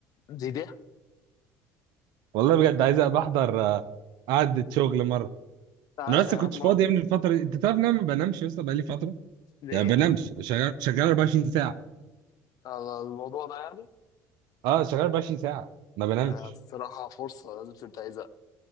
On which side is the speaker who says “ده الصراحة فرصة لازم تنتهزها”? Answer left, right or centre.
Left